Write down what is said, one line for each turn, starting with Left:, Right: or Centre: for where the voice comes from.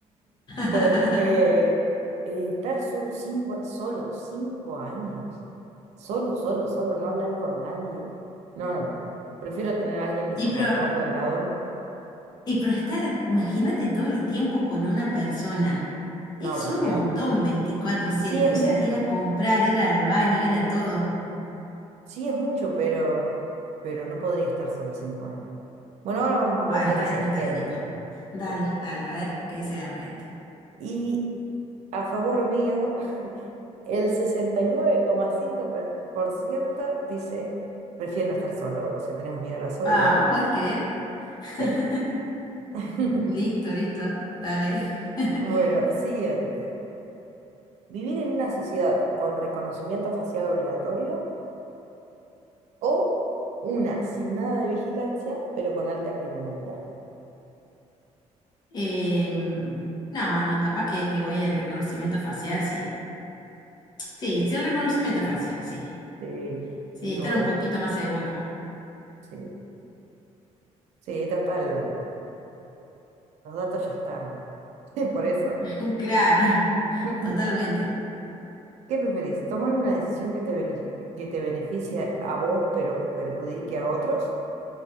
Left: <laughs>
Right: porque eh, estar solo cinco, a- solo cinco años, solo, solo, solo, no hablar con nadie. No, no, no. Prefiero tener a alguien insoportable
Left: Y pero
Right: al lado.
Left: Y para estar, imagínate todo el tiempo con una persona.
Right: No,
Left: Es
Right: prefiero.
Left: un montón veinticuatro siete
Right: Sí es
Left: o
Right: mucho,
Left: sea, ir a comprar, ir al baño, ir a todo.
Right: sí es mucho, pero, pero no podría estar sola cinco años. Bueno, ahora vamos a
Left: Bueno,
Right: ver
Left: está
Right: qué dice
Left: bien,
Right: la
Left: está
Right: gente.
Left: bien, igual. Dale, dale, a ver qué dice la gente.
Right: Y a favor mío, <laughs> el sesenta y nueve coma cinco por por ciento dice, prefiero no estar solo, o sea, tenemos miedo a la soledad.
Left: Ah, ¿vos podés creer? <laughs>
Right: Sí. <laughs>
Left: Listo, listo, dale. <laughs>
Right: Bueno, siguiente. ¿Vivir en una sociedad con reconocimiento facial obligatorio o una sin nada de vigilancia, pero con alta criminalidad?
Left: Em, no, no, capaz que, que voy al reconocimiento facial, sí. Sí, sí, el reconocimiento facial, sí.
Right: Sí,
Left: Sí,
Right: sin
Left: estar
Right: duda.
Left: un poquito más seguro.
Right: Sí, sí, total, la- los datos ya están. <laughs> Sí, por eso.
Left: <laughs> Claro,
Right: <laughs>
Left: totalmente.
Right: ¿Qué preferís? ¿Tomar una decisión que te, bene- que te beneficie a vos pero perjudique a otros?